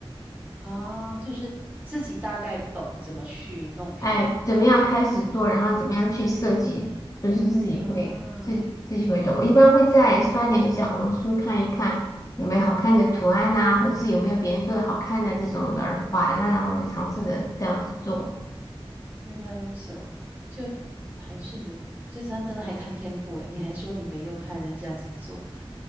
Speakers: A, on the right; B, on the left.
A: 啊，就是自己大概懂怎么去弄出来
B: 哎，怎么样开始做，然后怎么样去设计，都是自己会自自己会懂。
A: 啊。
B: 我一般会再刷点小红书看一看有没有好看的图案呐、或者是有没有别人做的好看的这种的耳环啊，然后我就尝试着这样子做。
A: 原来如此哦，就还是有，这真真的还看天赋诶。你还说你没有看人家怎么做。